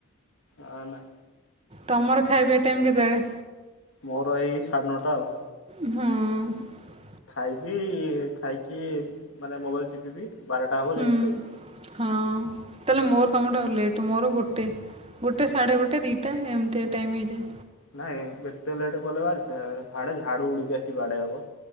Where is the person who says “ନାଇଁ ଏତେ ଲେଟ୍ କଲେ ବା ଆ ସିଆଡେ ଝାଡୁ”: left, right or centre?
Left